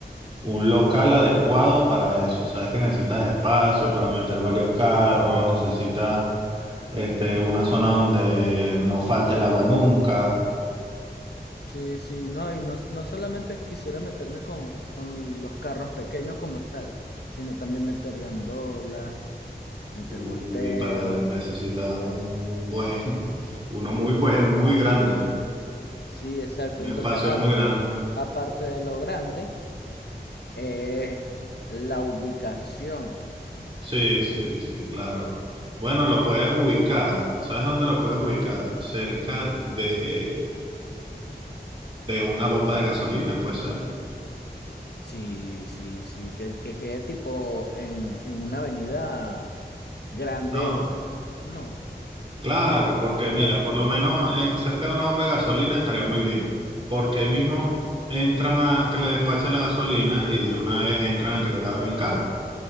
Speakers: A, on the right; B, on the left.
A: un local adecuado para eso. Sabes que necesitas espacio para meter varios carros. Necesitas este, una zona donde no falte el agua nunca.
B: Sí, sí, no, y no, no solamente quisiera meterme con, con los carros pequeños como tal, sino también meter gandolas, meter
A: Uy,
B: volteos.
A: para, necesitas un buen, <laughs> uno muy buen, muy grande.
B: Sí, exacto.
A: Un
B: Entonces,
A: espacio
B: a-
A: muy grande.
B: aparte de lo grande, es la ubicación.
A: Sí, sí, sí, claro. Bueno, lo puedes ubicar. ¿Sabes dónde lo puedes ubicar? Cerca de, de una bomba de gasolina, puede ser.
B: Sí, sí, sí, que, que quede tipo en, en una avenida grande.
A: No,
B: No,
A: claro, porque mira,
B: la-
A: por lo menos eh, cerca de una bomba de gasolina estaría muy bien. Porque ahí mismo entran a que le despachen la gasolina y de una vez entran a que le lavan el carro.